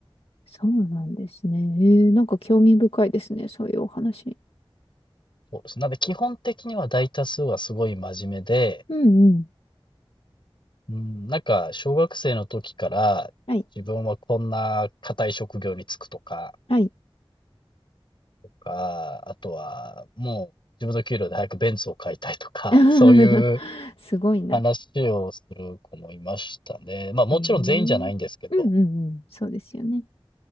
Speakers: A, on the left; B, on the left.
A: そうなんですね。えーなんか興味深いですね。そういうお話。
B: そうです。なんで、基本的には大多数はすごい真面目で、
A: うん、うん。
B: うん、なんか、小学生の時から、
A: はい。
B: 自分はこんな堅い職業に就くとか、
A: はい。
B: か、あとは、もう自分の給料で早くベンツを買いたいとか、
A: <laughs>
B: <laughs> そういう
A: すごいな。
B: 話をする子もいましたね。まあ、もちろん全員じゃないんですけど、
A: えーうん、うん、うん。そうですよね。